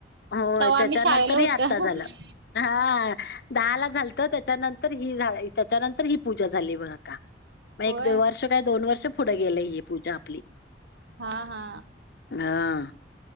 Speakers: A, on the left (about 60°); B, on the right (about 70°).
A: होय
B: तवा
A: त्याच्यानंतर
B: आम्ही शाळेला
A: ह
B: होत
A: आता झालं हा दहा ला झालत त्याच्यानंतर तर ही झा त्याच्यानंतर ही पूजा झाली बघ का मग एक
B: होय
A: वर्ष काय दोन वर्ष पुढं गेलं ह पूजा आपली
B: हा हा
A: हां